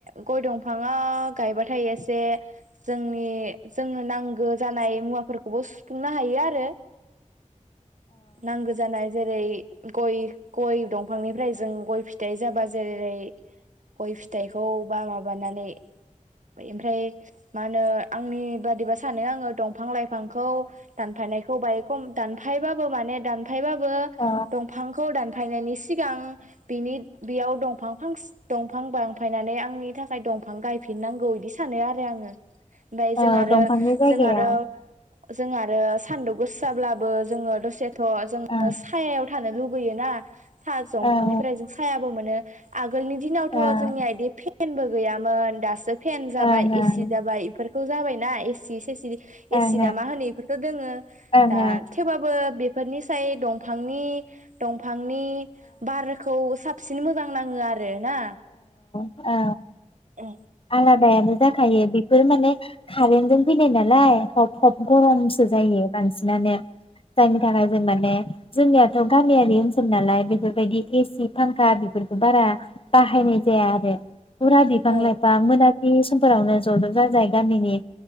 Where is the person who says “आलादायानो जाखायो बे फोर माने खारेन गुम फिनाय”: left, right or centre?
Left